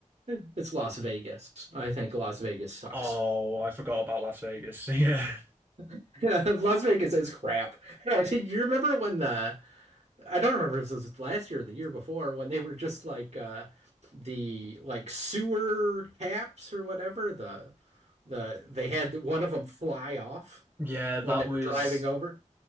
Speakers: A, on the right; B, on the right.
A: Eh, It's Las Vegas. I think Las Vegas sucks.
B: Oh, I forgot about Las Vegas. <laughs> Yeah.
A: <laughs> Las Vegas is crap. <laughs> do you remember when the I don't remember if this was last year or the year before when they were just like uh the like sewer caps or whatever the the they had one of them fly off
B: Yeah, that
A: when they
B: was
A: were driving over.